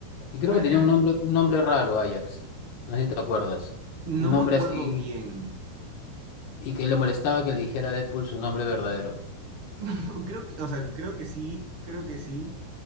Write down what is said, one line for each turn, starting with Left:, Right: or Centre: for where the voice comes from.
Left: Y creo
Right: Dale,
Left: que tenía
Right: dale.
Left: un nombre, un nombre raro, Ajax. No sé si te acuerdas.
Right: No
Left: Un nombre
Right: me acuerdo
Left: así.
Right: bien.
Left: Y que le molestaba que le dijera a Deadpool su nombre verdadero.
Right: <laughs> Creo que, o sea, creo que sí, creo que sí.